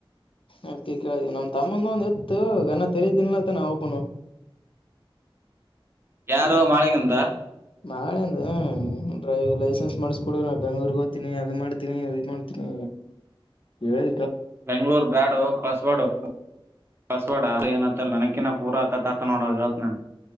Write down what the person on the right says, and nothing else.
ಯಾರು ಮಾಳಂಗಿಂದ
ಬೆಂಗ್ಳೂರ್ ಬ್ಯಾಡು ಕಸ್ಬಾಡು ಪಾಸ್ವರ್ಡ್ ಏನಲ್ಲ ನನಕಿನ ಪೂರ ಆತತ ನೋಡತ್ ನನ್